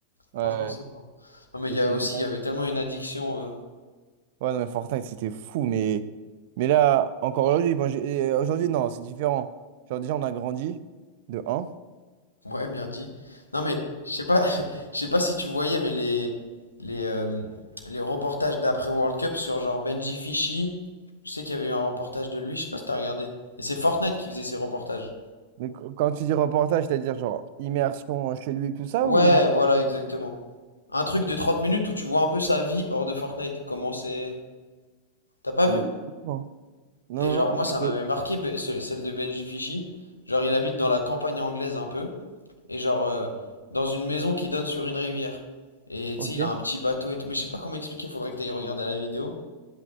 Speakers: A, on the right; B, on the left.
A: Ouais,
B: Franchement,
A: ouais.
B: c'est fort. Non, mais
A: Et
B: il y
A: c'était
B: a aussi,
A: une balle.
B: il y avait tellement une addiction. euh,
A: Ouais, non, mais Fortnite, c'était fou, mais, mais là, encore aujourd'hui, bon, j'ai- euh, aujourd'hui, non, c'est différent. Genre, déjà, on a grandi de un.
B: Ouais, bien dit. Non mais je sais pas, <laughs> je sais pas si tu voyais, mais les les euh, les reportages d'après World Cup sur genre Benji Fischi, je sais qu'il y avait eu un reportage de lui, je sais pas si t'as regardé. Et c'est Fortnite qui faisait ces reportages.
A: Mais qu- quand tu dis reportage, c'est-à-dire genre immersion euh, chez lui, tout ça,
B: Ouais,
A: ou.
B: voilà, exactement. Un truc de 30 minutes où tu vois un peu sa vie hors de Fortnite. Comment c'est... T'as pas
A: Ah,
B: vu?
A: je vois pas. Non,
B: Et
A: non,
B: genre
A: non.
B: moi ça m'avait
A: mais-
B: marqué be- ce- celle de Benji Fischi. Genre il habite dans la campagne anglaise un peu. Et genre, euh, dans une maison qui donne sur une rivière. Et
A: Ok.
B: tu sais, il a un petit bateau et tout. Mais je sais pas comment expliquer, faudrait que t'ailles regarder la vidéo.